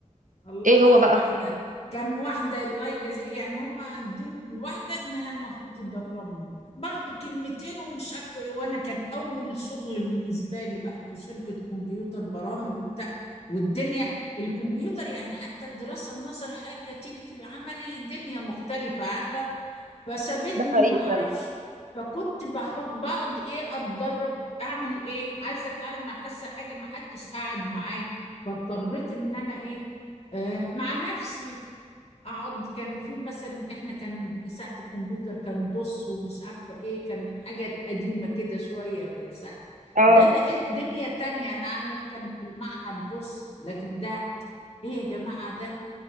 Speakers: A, on the left (about 50°); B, on the right (about 80°).
A: الله
B: ايه
A: بقى
B: هو بقى
A: واحده كان واحده الله يجازيها يعني هما ادوني الواحده انها المفروض تدربني برضو كلمتين ومش عارفه ايه وانا كان اول شغل بالنسبه لي بقى وشركه كمبيوتر برامج وبتاع والدنيا الكمبيوتر يعني حتى الدراسه النظري حاجه تيجي في العملي دنيا مختلفه عارفه فسابتني
B: ده حقيقي
A: ما اعرفش
B: فعلا
A: فكنت بحط بقعد ايه اتدرب اعمل ايه عايزه اتعلم حاسه حاجه ما حدش قعد معايا فاضطريت ان انا ايه آه مع نفسي اقعد كان في مثلا احنا كان ساعه الكمبيوتر كان DOS ومش عارفه ايه كان حاجات قديمه كده شويه في الساعه
B: اه
A: ده لقيت دنيا تانية انا اعرف كان في المعهد DOS لكن ده ايه يا جماعه ده